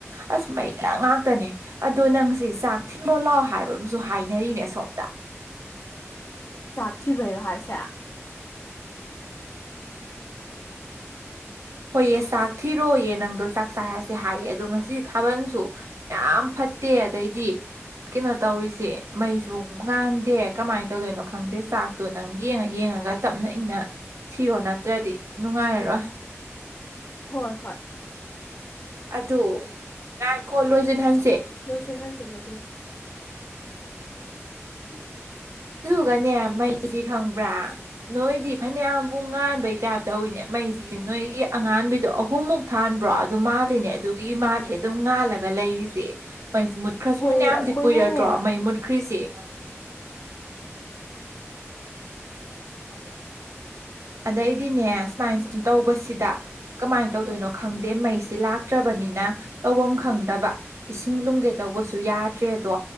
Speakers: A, on the right; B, on the left.
A: ꯑꯁ ꯃꯩ ꯂꯥꯡ ꯉꯥꯛꯇꯅꯦ ꯑꯗꯣ ꯅꯪꯁꯦ ꯆꯥꯛ ꯊꯤꯔꯣ ꯂꯥꯎ ꯍꯥꯏꯕ ꯑꯃꯁꯨ ꯍꯥꯏꯅꯔꯤꯅꯦ ꯑꯁꯣꯝꯗ
B: ꯆꯥꯛꯊꯤꯕꯩꯔꯣ ꯍꯥꯏꯁꯦ ꯆ
A: ꯍꯣꯏꯌꯦ ꯆꯥꯛ ꯊꯤꯔꯣꯌꯦ ꯅꯪꯗꯣ ꯆꯥꯛ ꯥꯛ ꯆꯥꯔꯁꯦ ꯍꯥꯏꯌꯦ ꯑꯗꯣ ꯉꯁꯤ ꯊꯥꯕꯜꯁꯨ ꯌꯥꯝ ꯐꯠꯇꯦ ꯑꯗꯩꯗꯤ ꯀꯩꯅꯣ ꯇꯧꯔꯤꯁꯦ ꯃꯩꯁꯨ ꯉꯥꯟꯗꯦ ꯀꯃꯥꯏꯅ ꯇꯧꯗꯣꯏꯅꯣ ꯈꯪꯗꯦ ꯆꯥꯛꯇꯣ ꯅꯪ ꯌꯦꯡꯉ ꯌꯦꯡꯉꯒ ꯇꯞꯅ ꯏꯪꯅ ꯊꯤꯔꯣ ꯅꯠꯇ꯭ꯔꯗꯤ ꯅꯨꯡꯉꯥꯏꯔꯔꯣꯏ
B: ꯍꯣꯏ ꯍꯣꯏ
A: ꯑꯗꯨ ꯉꯥꯏꯈꯣ ꯂꯣꯏꯁꯤꯅ ꯍꯟ
B: ꯣꯏꯁꯦ ꯅꯥꯟꯁꯦꯖꯒ <unintelligible>
A: ꯑꯗꯨꯒꯅꯦ ꯃꯩꯁꯤ ꯈꯪꯕ꯭ꯔꯥ ꯅꯣꯏꯗꯤ ꯐꯅꯌꯥꯝꯕꯨ ꯉꯥꯟꯕꯩ ꯇꯥꯏꯞ ꯇꯧꯋꯤꯅꯦ ꯃꯩꯁꯤ ꯅꯣꯏꯒꯤ ꯑꯉꯥꯟꯕꯗꯣ ꯑꯍꯨꯝꯃꯨꯛ ꯊꯥꯟꯕ꯭ꯔꯣ ꯑꯗꯨ ꯃꯥꯜꯂꯤꯅꯦ ꯑꯗꯨꯒꯤ ꯃꯥꯜꯂꯤ ꯑꯗꯨꯝ ꯉꯥꯜꯂꯒ ꯂꯩꯔꯤꯁꯦ ꯃꯩꯁꯤ ꯃꯨꯠꯈ꯭ꯔꯁꯨ
B: ꯍꯣꯏꯌꯦ
A: ꯐꯅꯌꯥꯝꯗꯤ
B: ꯑꯩꯈꯣꯏꯅꯅꯦ
A: ꯀꯨꯏꯔꯗ꯭ꯔꯣ ꯃꯩ ꯃꯨꯠꯈ꯭ꯔꯤꯁꯤ ꯑꯣ <unintelligible>
B: ꯑꯗ
A: ꯑꯗꯥꯏ ꯁꯤꯅꯦ ꯁꯨꯃꯥꯏ ꯁꯨꯝ ꯇꯧꯕꯁꯤꯗ ꯀꯃꯥꯏꯅ ꯇꯧꯗꯣꯏꯅꯣ ꯈꯪꯗꯦ ꯃꯩꯁꯤꯦ ꯂꯥꯛꯇ꯭ꯔꯕꯅꯤꯅ ꯇꯧꯕ ꯈꯪꯗꯦ ꯠꯇꯕ ꯏꯁꯤꯡ ꯂꯨꯝꯒꯦ ꯇꯧꯕꯁꯨ ꯌꯥꯗ꯭ꯔꯦꯗꯣ